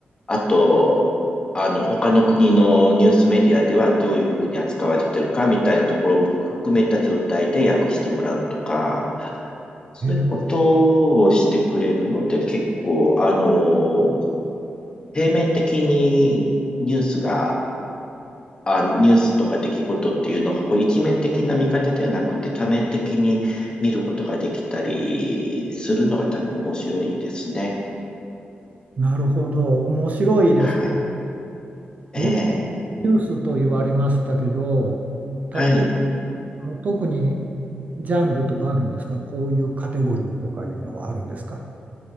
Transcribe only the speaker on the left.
あと、あの、他の国のニュースメディアではどういうふうに扱われてるかみたいなところも含めた状態で訳してもらうとか、そういうことをしてくれるので、
結構、あの平面的にニュースが、あ、ニュースとか出来事っていうのが、こう一面的な見方ではなくて多面的に見ることができたりするのが多分面白いですね。
はい。ええ。
はい。